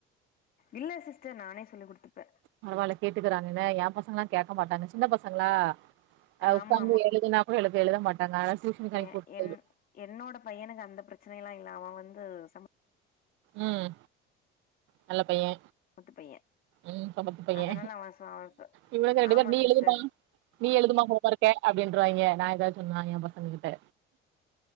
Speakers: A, on the left; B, on the right.
A: இல்ல சிஸ்டர் நானே சொல்லி குடுத்துப்பே
B: பரவால்ல கேட்டுக்கிறாங்கங்க எ பசங்களா கேக்க மாட்டாங்க சின்ன பசங்களா அ
A: ஆமா
B: ஒக்காந்து
A: ஆமா
B: எழுதுனா
A: கு-
B: கூட எழுது எழுத மாட்டாங்க ஆனா டியூஷனுக்கு அனுப்பிவுட்டது
A: எ என் என்னோட பையனுக்கு அந்த ப்ரச்சனை எல்லா இல்லா அவ வந்து சம
B: ம் நல்ல பையே
A: சமத்து பைய
B: ம் சமத்து பையே
A: அதனால அவ ச அவ
B: இவனுங்க ரெண்டு
A: ஆமா
B: பேரு நீ
A: சிஸ்டர்
B: எழுதும்மா நீ எழுதுமா ஹோம்வொர்க்க அப்டின்றுவாய்ங்க நா ஏதாவ்து சொன்னா எ பசங்ககிட்ட